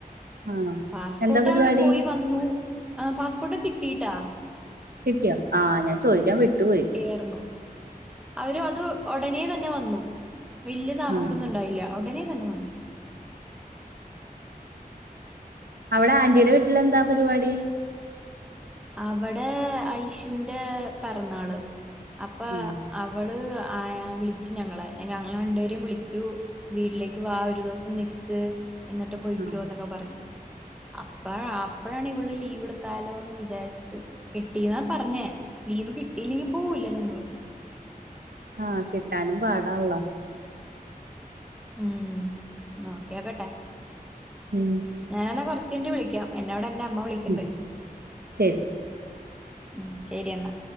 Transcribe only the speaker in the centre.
പാസ്പോർട്ടവള്
പോയി വന്നു ആ പാസ്പോർട്ട് കിട്ടിട്ടാ
ഏർന്നു അവരുവത്, ഒടനെ തന്നെ വന്നു വല്യ താമസൊന്നുണ്ടായില്ല.
ഒടനെ തന്നെ വന്നു.
അവിടെ ഐശൂന്റെ പെറന്നാള്. അപ്പൊ
അവള് അയാ വിളിച്ചു ഞങ്ങളെ, ഞങ്ങളെ രണ്ടുപേരെയും വിളിച്ചു. വീട്ടിലേക്ക് വാ ഒരു ദെവസം നിക്ക്. എന്നിട്ട് പൊയ്ക്യോന്നൊക്കെ
പറഞ്ഞ് അപ്പ അപ്പഴാണിവിള് ലീവ്ടുത്താലോന്ന് വി ചാരിച്ചിട്ട് കിട്ടിന്നാ പറഞ്ഞേ ലീവ് കിട്ടിയില്ലെങ്കി പോവൂല്ല ഞങ്ങള്
ഉം നോക്കിയോക്കട്ടെ
ഞാനന്നാ കൊറച്ചാട്ട് വിളിക്കാം എന്നേവിടെന്റമ്മ വിളിക്കണ്ട്
ഉം ശരി എന്നാ